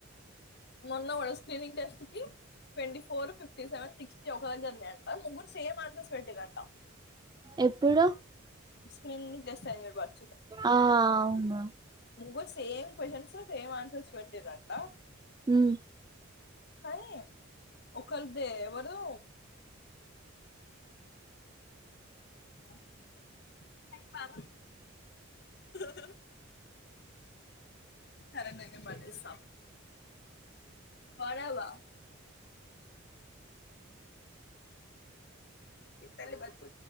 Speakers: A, on the left; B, on the right.
A: మొన్న మన స్క్రీనింగ్ టెస్ట్ కి twenty four fifty seven sixty ఒక ఎగ్జామ్ కి <unintelligible> ముగురు సేమ్ ఆన్సర్స్ పెట్టిండ్రంటా
B: ఎప్పుడు
A: స్క్రీనింగ్ టెస్ట్ చదివే బట్
B: ఆ అవును
A: ముగురు సేమ్ క్వ్చన్స్ సేమ్ ఆన్సర్స్ పెట్టిండ్రంటా
B: ఉమ్
A: కానీ ఒకలదీ ఎవరిదో హా హా ఆహా హా అరే నేన్ బడేస్తా పడవగా ఇత్తలి బతు